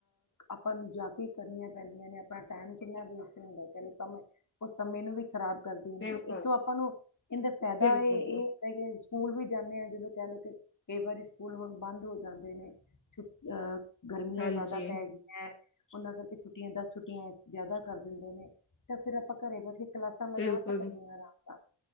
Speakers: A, on the left; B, on the left.
A: ਆਪਾਂ ਨੂੰ ਜਾ ਕੇ ਕਰਨੀਆਂ ਪੈਂਦੀਆਂ ਨੇ ਆਪਣਾ ਟਾਈਮ ਕਿੰਨਾ ਵੇਸਟ ਹੁੰਦਾ। ਚ ਲਓ ਕਮ ਐ। ਉਹ ਸਮੇਂ ਨੂੰ ਵੀ ਖ਼ਰਾਬ ਕਰਦੇ ਨੇ
B: ਬਿਲਕੁਲ
A: ਇੱਥੋਂ ਆਪਾਂ ਨੂੰ ਇੰਦਾ ਫੈਦਾ
B: ਬਿਲਕੁਲ
A: ਹੈ ਇਹ‌। ਕਈ ਵਾਰੀ ਸਕੂਲ ਵੀ ਜਾਂਦੇ ਹਾਂ। ਜਦੋਂ ਕਹਿ ਲਓ ਕਿ ਕਈ ਵਾਰੀ ਸਕੂਲ ਹੁਣ ਬੰਦ ਹੋ ਜਾਂਦੇ ਨੇ‌। ਅ ਗਰਮੀਆਂ
B: ਹਾਂਜੀ
A: ਜ਼ਿਆਦਾ ਪੈ ਗੀ। ਹੈ। ਉਹਨਾਂ ਕਰਕੇ ਛੁੱਟੀਆਂ ਦਸ ਛੁੱਟੀਆਂ ਜਾਦਾ ਕਰ ਦਿੰਦੇ ਨੇ ਤਾਂ ਫੇਰ ਆਪਾਂ ਘਰੇ ਬੈਠੇ। ਕਲਾਸਾਂ ਲਗਾ
B: ਬਿਲਕੁਲ
A: ਸਕਦੇ ਆਂ। ਆਰਾਮ ਨਾਲ।